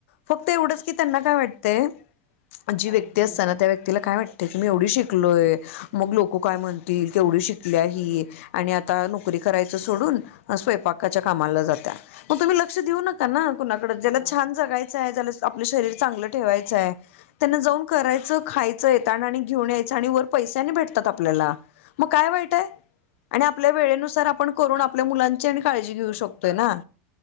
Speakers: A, on the left (about 65°); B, on the right (about 60°).
A: फक्त एवढंच की त्यांना काय वाटतंय जी व्यक्ती
B: अगदी
A: असतना, त्या व्यक्तीला काय वाट की मी एवढी शिकलोय,
B: हम्म
A: मग लोक काय म्हणतील केवढी शिकल्याय ही,
B: हम्म
A: अन आता नोक री करायच सोडून अ स्वयंपाकाच्या कामाला जाताय, म तुम्ही लक्ष देऊ न का ना कुणाकड, ज्याला
B: हा
A: छान जगायचंय त्याला आपलं शरीर चांगलं ठेवायचंय, त्यांना जाऊन करायचं, खाय चं आणि घेऊन यायचं, आणि वर पैश्यांनी भेटतात आप ल्याला मग काय वाईट ये, आणि आपल्या वेळेनुसार आपण करू
B: हा
A: आपल्या मुलां ची आणी काळजी घेऊ शकतोय ना